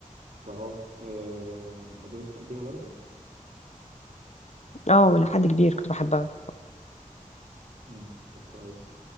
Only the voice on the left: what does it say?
اه ولا حد كبير كنت بحبها